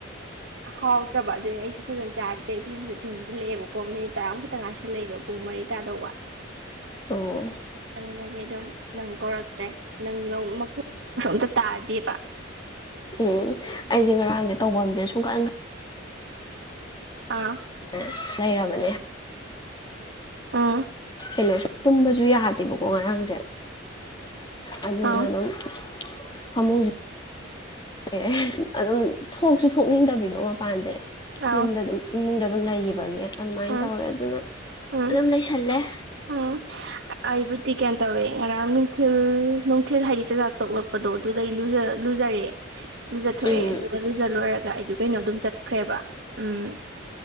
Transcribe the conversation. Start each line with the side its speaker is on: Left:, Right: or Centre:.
Right: ꯍꯥꯎꯇ꯭ꯔꯕ ꯑꯗꯨꯏ ꯑꯩꯁꯨ ꯐꯖꯅ ꯆꯥꯗ꯭ꯔꯦ ꯇꯨꯏꯁꯟꯁꯨ ꯊꯦꯡꯖꯤꯜꯂꯛꯑꯦꯕꯀꯣ ꯃꯤꯠ ꯇꯔꯥꯃꯨꯛꯈꯠꯇ ꯉꯥꯏꯁꯜꯂꯦꯕ ꯄꯨꯡ ꯃꯔꯤ ꯇꯥꯗꯧꯕ
Left: ꯑꯣ
Right: ꯑꯗꯨꯗꯒꯤ ꯑꯗꯨꯝ ꯅꯪ ꯀꯧꯔꯛꯇ꯭ꯔꯦ ꯅꯪ <unintelligible> ꯃꯈꯣꯟꯁꯨ ꯑꯝꯇ ꯇꯥꯗꯦꯕ <inaudible>
Left: ꯎꯝ ꯑꯩꯖꯦ ꯉꯔꯥꯡꯖꯦ ꯇꯧꯕꯝꯖꯦ ꯁꯨꯡꯈꯪ
Right: ꯑꯥ
Left: <unintelligible> ꯂꯩꯔꯕꯅꯦ
Right: ꯎꯝ
Left: ꯀꯩꯅꯣꯁꯨ ꯇꯨꯝꯕꯖꯨ ꯌꯥꯗꯦꯕꯀꯣ ꯉꯔꯥꯡꯖꯦ ꯑꯗꯨꯗꯨꯅ
Right: ꯑꯥꯎ
Left: ꯑꯗꯨꯝ ꯐꯃꯨꯡꯖꯤ ꯑꯦ ꯑꯗꯨꯝ ꯊꯣꯛꯖꯨ ꯊꯣꯛꯅꯤꯡꯗꯕꯤꯗꯣ ꯃꯄꯥꯟꯖꯦ
Right: ꯑꯥꯎ
Left: ꯌꯨꯝꯗ ꯑꯗꯨꯝ ꯏꯃꯨꯡꯗ ꯑꯗꯨꯝ ꯂꯩꯒꯤꯕꯒꯤ ꯑꯗꯨꯃꯥꯏ
Right: ꯎꯝ
Left: ꯇꯧꯔꯦ ꯑꯗꯨꯅ
Right: ꯎꯝ
Left: ꯑꯗꯨꯝ ꯂꯩꯁꯜꯂꯦ
Right: ꯎꯝ ꯑꯩꯕꯨꯗꯤ ꯀꯩꯟ ꯇꯧꯔꯦ ꯉꯔꯥꯡ ꯅꯨꯡꯊꯤꯜ ꯅꯨꯡꯊꯤꯜ ꯍꯥꯏꯗꯤ ꯆꯥꯛꯆ ꯇꯣꯛꯂꯛꯄꯗꯣ ꯗꯨꯗꯩ ꯂꯨꯖ ꯂꯨꯖꯔꯦ ꯂꯨꯖꯊꯣꯛꯑꯦ
Left: ꯎꯝ
Right: ꯑꯗꯨꯒ ꯂꯨꯖ ꯂꯣꯏꯔꯒ ꯑꯩꯗ ꯀꯩꯅꯣ ꯑꯗꯨꯝ ꯆꯠꯈ꯭ꯔꯦꯕ ꯎꯝ